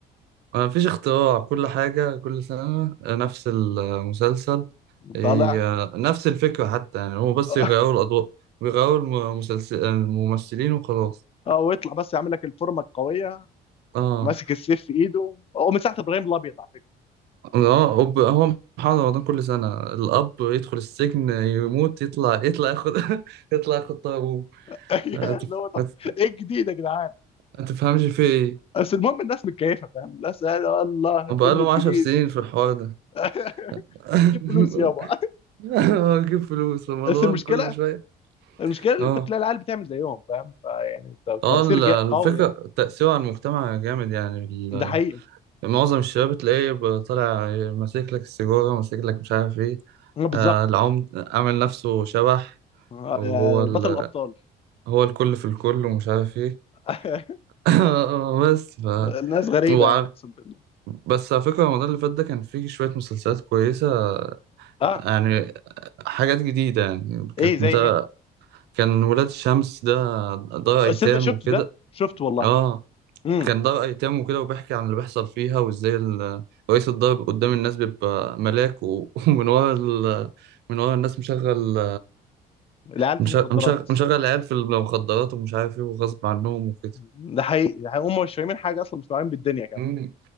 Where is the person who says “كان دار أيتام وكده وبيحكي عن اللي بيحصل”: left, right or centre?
Right